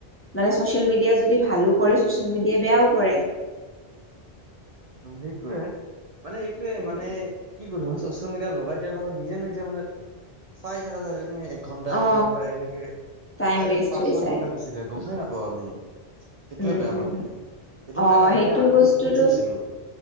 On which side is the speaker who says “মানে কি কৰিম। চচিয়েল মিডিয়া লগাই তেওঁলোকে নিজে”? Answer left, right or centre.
Right